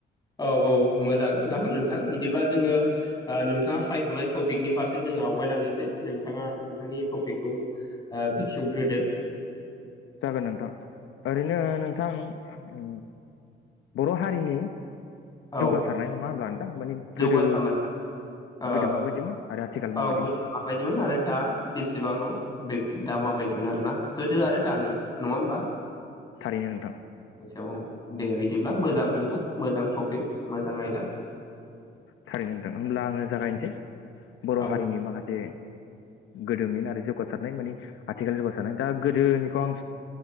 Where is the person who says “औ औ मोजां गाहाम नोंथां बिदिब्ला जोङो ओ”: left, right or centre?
Left